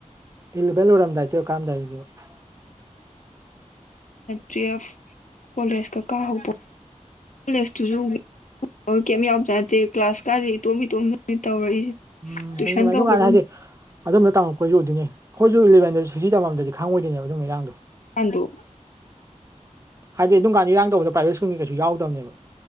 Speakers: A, on the right (about 25°); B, on the left (about 75°).
A: ꯏꯂꯚꯦꯟ ꯂꯣꯏꯔꯝꯗꯥꯏ ꯇꯨꯋꯦꯕ ꯀꯥꯔꯝꯗꯥꯏꯗꯨꯅꯦꯕ
B: ꯇꯨꯋꯜꯐ ꯀꯣꯂꯦꯖꯀ ꯀꯥ ꯍꯧꯕ ꯀꯣꯂꯦꯖꯇꯨꯁꯨ ꯀ ꯌꯥꯝ ꯆꯥꯎꯕꯖꯅꯠꯇꯦ ꯀ꯭ꯂꯥꯁ ꯀꯥꯁꯦ ꯏꯇꯣꯝ ꯏꯇꯣꯝꯗꯅ ꯇꯧꯔꯛꯏꯁꯦ
A: ꯎꯝ
B: ꯇꯨꯏꯁꯟ
A: ꯆꯨꯝꯦ ꯆꯨꯝꯦ ꯑꯗꯨꯀꯥꯟꯗ
B: ꯇꯧꯕ ꯑꯗꯨꯝ
A: ꯍꯥꯏꯗꯤ ꯑꯗꯨꯝꯅ ꯇꯝꯃꯛꯄꯣꯏꯁꯨ ꯑꯣꯏꯗꯣꯏꯅꯦ ꯑꯈꯣꯏꯁꯨ ꯏꯂꯚꯦꯟ ꯗꯣ ꯁꯤꯁꯤ ꯇꯝꯃꯝꯗꯔꯗꯤ ꯈꯪꯉꯣꯏꯗꯣꯢꯅꯦꯕ ꯑꯗꯨꯒꯨꯝꯕ ꯏꯔꯥꯡꯗꯣ
B: ꯑꯟꯗꯣ
A: ꯍꯥꯏꯗꯤꯑꯗꯨꯝꯀ ꯥꯟꯗ ꯏꯔꯥꯡ ꯇꯧꯕꯗꯣ ꯄ꯭ꯔꯥꯏꯕꯦꯠ ꯁ꯭ꯀꯨꯜꯒꯤ ꯀꯩꯁꯨ ꯌꯥꯎꯗꯕꯅꯦꯕ